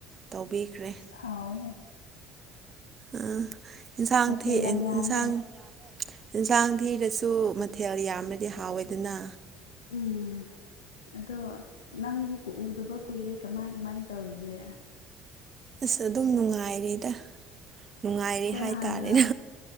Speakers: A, on the right (about 40°); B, on the left (about 75°).
A: ꯇꯧꯕꯤꯈ꯭ꯔꯦ
B: ꯍꯥꯎꯌꯦꯍꯦ
A: ꯑꯝ ꯏꯟꯁꯥꯡ
B: ꯃꯊꯦꯜ
A: ꯊꯤ
B: ꯌꯥꯝ
A: ꯏꯟ
B: ꯌꯥꯝꯃꯦ
A: ꯏꯟꯁꯥꯡ ꯑꯦꯟꯁꯥꯡ ꯊꯤꯔꯁꯨ ꯃꯊꯦꯜ ꯌꯥꯝꯔꯗꯤ ꯍꯥꯎꯋꯦꯗꯅ
B: ꯎꯝ ꯑꯗꯣ ꯅꯪꯗꯤ ꯎꯗꯕ ꯀꯨꯏꯔꯦ ꯀꯃꯥꯏ ꯀꯃꯥꯏ ꯇꯧꯔꯤꯒꯦ
A: ꯑꯁ ꯑꯗꯨꯝ ꯅꯨꯡꯉꯥꯏꯔꯤꯗ ꯅꯨꯡꯉꯥꯏꯔꯤ
B: ꯑꯩꯈꯣꯏ
A: ꯍꯥꯏꯇꯥꯔꯦꯅꯦ
B: ꯍꯥꯟꯅ